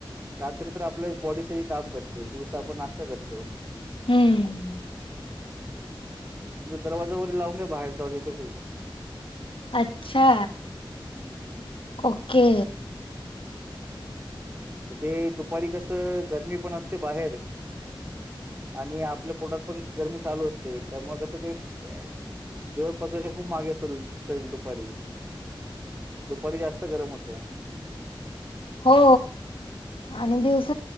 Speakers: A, on the right (about 25°); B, on the left (about 80°).
A: रात्री तर आपल् बॉडी सगळी काम करते दिवस आपण नाश्ता करतो
B: हम्म
A: यो दरवाजा वरी लावून या बाहेर जावू येतो खूप
B: अच्छा
A: हम्म
B: ओके
A: तर ते दुपारी कस गर्मी पण असते बाहेर आणि आपल्या पोटात पण गरमी चालू असते त्यामुळे कस ते जेवण पचवायच खूप मागे असतल शरीर दुपारी दुपारी जास्त गरम होतया
B: हो आणि दिवस